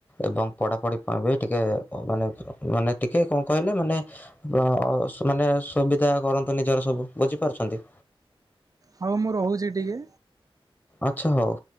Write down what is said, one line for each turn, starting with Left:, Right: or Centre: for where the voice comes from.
Left: ଏବଂ ପଢାପଢି ପାଇଁ ବି ଟିକେ ଅ ମାନେ ମାନେ ଟିକେ କଣ କହିଲେ ମାନେ ଅ ସ ମାନେ ସୁବିଧା କରନ୍ତୁ ନିଜର ସବୁ ବୁଝିପାରୁଛନ୍ତି?
Right: ହଉ ମୁଁ ରହୁଛି ଟିକେ।
Left: ଆଚ୍ଛା ହଉ।